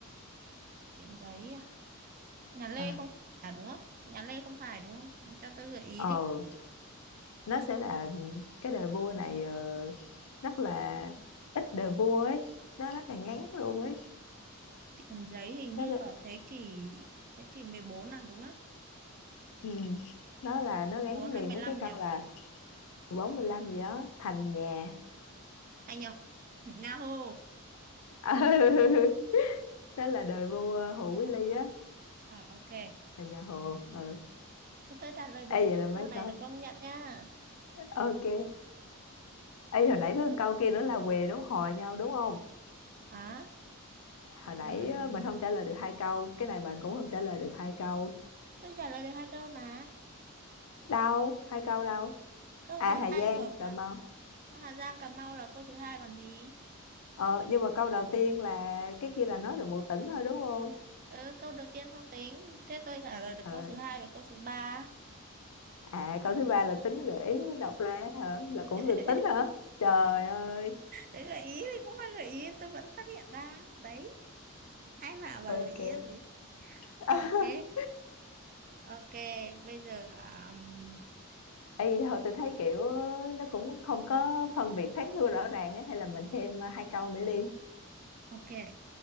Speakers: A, on the right (about 40°); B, on the left (about 80°).
A: tiền giấy à? nhà Lê
B: Ờ,
A: không phải à, đúng không nhà Lê không phải đúng không cho tôi gợi ý
B: ờ,
A: đi
B: nó sẽ là cái đời vua này ờ, rất là ít đời vua ấy nó rất là ngắn luôn ấy
A: tiền giấy hình
B: nó
A: như
B: sẽ-
A: ở thế kỷ thế kỷ 14 à đúng không
B: ừ. nó là nó
A: mười
B: gắn
A: bốn hay
B: liền
A: mười
B: với
A: lăm
B: cái câu
A: nhỉ
B: là 45 gì đó thành nhà
A: Thành Nhật <laughs> Yahoo
B: <laughs> ừ. đó là đời vua Hồ Quý Ly á
A: à, ok
B: là nhà Hồ ừ.
A: thế tôi trả lời đúng
B: Ê
A: nha
B: vậy là mấy
A: câu này
B: câu
A: được công nhận nha
B: ok Ê,
A: Ừ.
B: hồi nãy với câu kia nữa là què đúng hò nhau đúng không?
A: à
B: Hồi nãy
A: ừm,
B: á, mình không trả lời được hai câu, cái này bạn cũng không trả lời được hai câu.
A: tôi trả lời được hai câu mà
B: Đâu? Hai câu đâu?
A: câu
B: À
A: thứ
B: Hà
A: hai
B: Giang,
A: của
B: Cà
A: bà
B: Mau.
A: Hà Giang Cà Mau là câu thứ hai còn gì
B: Ờ, nhưng mà câu đầu tiên là cái kia là nói được một tỉnh thôi đúng không?
A: ừ, câu đầu tiên không tính thế tôi trả lời được
B: Ờ.
A: câu thứ hai và câu thứ ba
B: À câu thứ ba là tính gợi ý mới đọc ra hả? Là cũng
A: <laughs>
B: được tính hả? Trời ơi.
A: Đấy, gợi ý thì cũng là gợi ý tôi vẫn phát hiện ra đấy ai bảo là
B: Ok.
A: gợi ý làm gì
B: <laughs>
A: ok ok bây giờ um,
B: Ê, hồi tôi thấy kiểu ờ, nó cũng không có phân biệt thắng thua rõ ràng á hay là mình thêm ờ, hai câu nữa đi.
A: ok